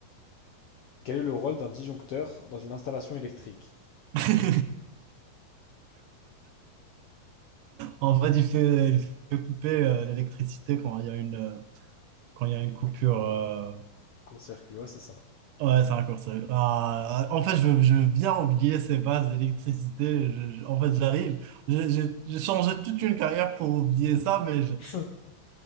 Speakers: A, on the left; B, on the right.
A: Quel est le rôle d'un disjoncteur dans une installation électrique?
B: <laughs> En fait, il fait, il fait couper euh, l'électricité quand il y a une. euh, quand il y a une coupure. euh,
A: Court-circuit, ouais, c'est ça.
B: Ouais, c'est raccourci. Ah, en fait, je, veux je veux bien oublier ces bases d'électricité. Je- je- en fait, j'arrive. J'ai j'ai- j'ai changé toute une carrière pour oublier ça, mais je-
A: <laughs>